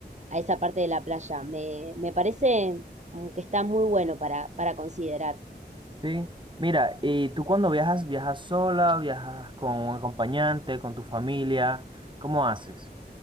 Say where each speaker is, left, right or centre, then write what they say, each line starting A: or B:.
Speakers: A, on the right; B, on the right.
A: a esa parte de la playa. Me, me parece mm, que está muy bueno para, para considerar.
B: Sí. Mira, ¿y tú cuando viajas, viajas sola, viajas con un acompañante, con tu familia? ¿Cómo haces?